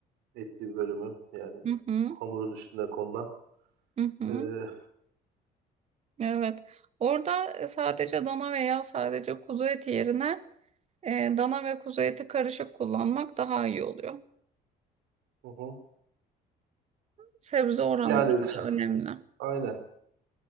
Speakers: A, on the right; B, on the right.
A: etli bölümü yani
B: Hı hı.
A: hamurun üstüne konulan.
B: Hı hı.
A: Ee, hı
B: Evet. Orada e, sadece dana veya sadece kuzu eti yerine e, dana ve kuzu eti karışık kullanmak daha iyi oluyor.
A: hı.
B: Sebze oranları
A: Yani <laughs> s-
B: da önemli.
A: aynen.